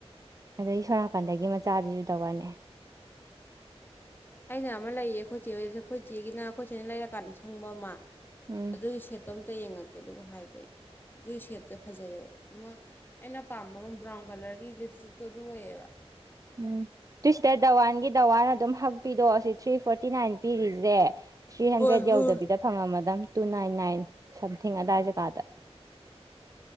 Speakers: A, on the right (about 30°); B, on the left (about 20°).
A: ꯑꯗꯩ ꯁꯣꯝꯅꯥꯀꯟꯗꯒꯤ ꯃꯆꯥꯁꯤꯁꯨ ꯗꯋꯥꯟꯅꯦ
B: ꯑꯩꯅ ꯑꯃ ꯂꯩꯌꯦ ꯑꯩꯈꯣꯏ ꯆꯦ ꯍꯣꯏꯖꯨ ꯑꯩꯈꯣꯏ ꯆꯦꯒꯤꯅ ꯑꯩꯈꯣꯏ ꯆꯦꯅ ꯂꯩꯔꯀꯥꯟꯗ ꯁꯪꯕ ꯑꯃ
A: ꯎꯝ
B: ꯑꯗꯨꯏ ꯁꯦꯠꯇꯣ ꯑꯝꯇ ꯌꯦꯡꯉꯛꯀꯦ ꯑꯗꯨꯒ ꯍꯥꯏꯒꯦ ꯑꯩ ꯑꯗꯨꯏ ꯁꯦꯠꯇ ꯐꯖꯩꯑꯕ ꯑꯃ ꯑꯩꯅ ꯄꯥꯝꯕ ꯑꯃ ꯕ꯭ꯔꯥꯎꯟ ꯀꯂꯔꯒꯤ ꯂꯤꯞꯁꯇꯤꯛꯇꯣ ꯑꯗꯨ ꯑꯣꯏꯌꯦꯕ
A: ꯎꯝ ꯑꯗꯨꯨꯏ ꯁꯤꯗ ꯗꯥꯋꯥꯟꯒꯤ ꯗꯥꯋꯥꯟ ꯑꯗꯨꯝ ꯍꯛꯄꯤꯗꯣ ꯑꯁꯤ ꯊ꯭ꯔꯤ ꯐꯣꯔꯇꯤ ꯅꯥꯏꯟ ꯄꯤꯔꯤꯖꯦ ꯊ꯭ꯔꯤ ꯍꯟꯗ꯭ꯔꯦꯗ
B: ꯍꯣꯏ ꯍꯣꯏ
A: ꯌꯧꯗꯕꯤꯗ ꯐꯪꯉꯝꯃꯗꯝ ꯇꯨ ꯅꯥꯏꯟ ꯅꯥꯏꯟ ꯁꯝꯊꯤꯡ ꯑꯗꯥꯏ ꯖꯒꯥꯗ